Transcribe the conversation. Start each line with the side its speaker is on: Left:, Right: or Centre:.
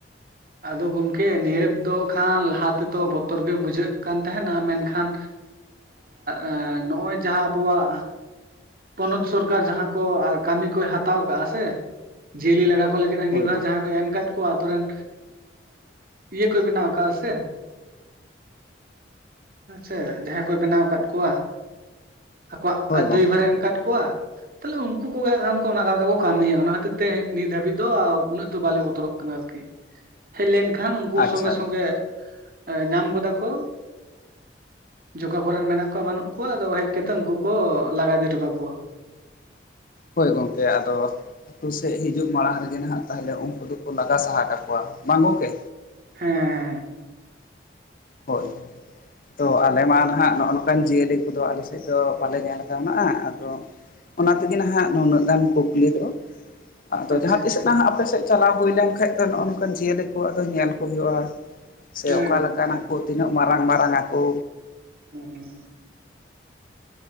Right: ᱟᱫᱚ ᱜᱚᱢᱠᱮ ᱱᱤᱦᱟᱹᱛ ᱫᱚ ᱠᱷᱟᱱ ᱞᱟᱦᱟ ᱛᱮᱫᱚ ᱵᱚᱛᱚᱨ ᱜᱮ ᱵᱩᱡᱷᱟᱹᱜ ᱠᱟᱱ ᱛᱟᱦᱮᱸᱱᱟ ᱢᱮᱱᱠᱷᱟᱱ ᱮᱸ ᱱᱚᱜᱼᱚᱭ ᱡᱟᱦᱟᱸ ᱟᱵᱚᱣᱟᱜ ᱯᱚᱱᱚᱛ ᱥᱚᱨᱠᱟᱨ ᱡᱟᱦᱟᱸ ᱠᱚ ᱠᱟᱹᱢᱤ ᱠᱚᱭ ᱦᱟᱛᱟᱣ ᱟᱠᱟᱫᱼᱟ ᱥᱮ ᱡᱤᱭᱟᱹᱞᱤ ᱞᱟᱜᱟ ᱠᱚ ᱞᱟᱹᱜᱤᱫ ᱟᱸᱜᱤᱵᱷᱟᱨ
Left: ᱦᱳᱭ ᱜᱚᱝᱠᱮ
Right: ᱡᱟᱦᱟᱸᱭ ᱠᱚ ᱮᱢ ᱟᱠᱟᱫ ᱠᱚ ᱟᱛᱩᱨ ᱨᱮᱱ ᱤᱭᱟᱹ ᱠᱚᱭ ᱵᱮᱱᱟᱣ ᱟᱠᱟᱫ ᱥᱮ᱾ ᱦᱮᱸᱥᱮ ᱡᱟᱦᱟᱸᱭ ᱠᱚᱭ ᱵᱮᱱᱟᱣ ᱟᱠᱟᱫ ᱠᱚᱣᱟ ᱟᱠᱚᱣᱟᱜ
Left: ᱦᱳᱭ ᱜᱚᱝᱠᱮ
Right: ᱫᱟᱹᱭᱵᱷᱟᱨᱮ ᱮᱢ ᱟᱠᱟᱫ ᱠᱚᱣᱟ᱾ ᱛᱟᱦᱞᱮ ᱩᱱᱠᱩ ᱠᱚᱜᱮ ᱠᱷᱟᱱ ᱠᱚ ᱚᱱᱟ ᱠᱟᱛᱮ ᱠᱚ ᱠᱟᱹᱢᱤᱭᱟ ᱚᱱᱟ ᱠᱷᱟᱹᱛᱤᱨ ᱛᱮ ᱱᱤᱛ ᱦᱟᱹᱵᱤᱡ ᱫᱚ ᱩᱱᱟᱹᱜ ᱫᱚ ᱵᱟᱞᱮ ᱵᱚᱛᱚᱨᱚᱜ ᱠᱟᱱᱟ ᱟᱨᱠᱤ᱾ ᱦᱮᱡ ᱞᱮᱱᱠᱷᱟᱱ ᱩᱱᱠᱩ
Left: ᱟᱪᱪᱷᱟ
Right: ᱥᱚᱸᱜᱮ ᱥᱚᱸᱜᱮ ᱧᱟᱢ ᱜᱚᱫᱟ ᱠᱚ᱾ ᱡᱮ ᱚᱠᱟ ᱠᱚᱨᱮᱱ ᱢᱮᱱᱟᱜ ᱠᱚᱣᱟ ᱵᱟᱹᱱᱩᱜ ᱠᱚᱣᱟ ᱟᱫᱚ ᱦᱮᱡ ᱠᱟᱛᱮ ᱩᱱᱠᱩ ᱠᱚ ᱞᱟᱜᱟ ᱤᱫᱤ ᱦᱚᱴᱚ ᱠᱟᱠᱚᱣᱟ᱾
Left: ᱦᱳᱭ ᱜᱚᱝᱠᱮ ᱟᱫᱚ ᱟᱛᱳ ᱥᱮᱫ ᱦᱤᱡᱩᱜ ᱢᱟᱲᱟᱝ ᱨᱮᱜᱮ ᱱᱟᱦᱟᱜ ᱛᱟᱦᱚᱞᱮ ᱩᱱᱠᱩ ᱫᱚᱠᱚ ᱞᱟᱜᱟ ᱥᱟᱦᱟ ᱠᱟᱠᱚᱣᱟ ᱵᱟᱝ ᱜᱚᱝᱠᱮ?
Right: ᱦᱮᱻ
Left: ᱦᱳᱜ ᱛᱚ ᱟᱞᱮ ᱢᱟ ᱱᱟᱦᱟᱜ ᱱᱚᱜᱼᱚ ᱱᱚᱝᱠᱟᱱ ᱡᱤᱭᱟᱹᱞᱤ ᱠᱚᱫᱚ ᱟᱞᱮ ᱥᱮᱫ ᱫᱚ ᱵᱟᱞᱮ ᱧᱮᱞ ᱠᱟᱣᱱᱟᱜᱼᱟ, ᱟᱫᱚ ᱚᱱᱟ ᱛᱮᱜᱮ ᱱᱟᱦᱟᱜ ᱱᱩᱱᱟᱹᱜ ᱜᱟᱱ ᱠᱩᱠᱞᱤ ᱫᱚ, ᱟᱫᱚ
Right: ᱟᱪᱪᱷᱟ
Left: ᱡᱟᱦᱟᱸ
Right: ᱟᱪᱪᱷᱟ
Left: ᱛᱤᱥᱚᱜ ᱱᱟᱦᱟᱜ ᱟᱯᱮ ᱥᱮᱫ ᱪᱟᱞᱟᱣ ᱦᱩᱭ ᱞᱮᱱᱠᱷᱟᱡ ᱫᱚ ᱱᱚᱜᱼᱚ ᱱᱚᱝᱠᱟᱱ ᱡᱤᱭᱟᱹᱞᱤ ᱠᱚ ᱟᱫᱚ ᱧᱮᱞ ᱠᱚ ᱦᱩᱭᱩᱜᱼᱟ, ᱥᱮ
Right: ᱦᱮᱸ
Left: ᱚᱠᱟ
Right: ᱜᱚᱝᱠᱮ
Left: ᱞᱮᱠᱟᱱᱟᱜ ᱠᱳ ᱛᱤᱱᱟᱹᱜ ᱢᱟᱨᱟᱝ ᱢᱟᱨᱟᱝ ᱟᱠᱳ?
Right: ᱦᱩᱸ ᱦᱩᱸ ᱦᱩᱸ᱾